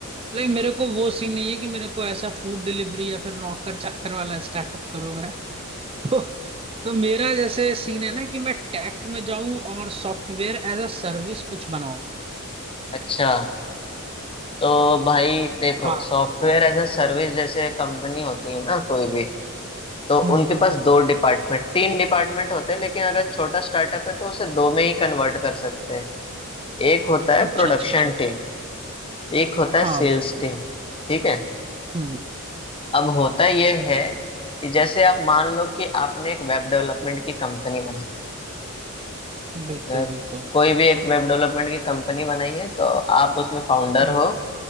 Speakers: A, on the right; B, on the left.
A: लाइक मेरे को वो सीन नहीं है कि मेरे को ऐसा फूड डिलीवरी या फिर नौकर चाकर वाला स्टार्टअप करूँ मैं <laughs> तो तो मेरा जैसे सीन है ना कि मैं टेक में जाऊं और सॉफ्टवेयर एज अ सर्विस कुछ बनाऊं
B: अच्छा तो भाई देखो
A: हाँ
B: सॉफ्टवेयर एज अ सर्विस जैसे कंपनी होती है ना कोई भी तो
A: हम्म
B: उनके
A: हम्म
B: पास
A: हम्म
B: दो डिपार्टमेंट तीन डिपार्टमेंट होते हैं लेकिन अगर छोटा स्टार्टअप है तो उसे दो में ही कन्वर्ट कर सकते हैं एक होता है
A: अच्छा
B: प्रोडक्शन
A: अच्छा अच्छा
B: टीम एक होता
A: हाँ
B: है सेल्स
A: बिल्कुल
B: टीम ठीक है
A: हम्म
B: अब होता यह है कि जैसे आप मान लो कि आपने एक वेब डेवलपमेंट की कंपनी बनाई
A: बिल्कुल
B: अ,
A: बिल्कुल
B: कोई भी एक वेब डेवलपमेंट की कंपनी बनाई है तो आप उसमें फाउंडर
A: हम्म
B: हो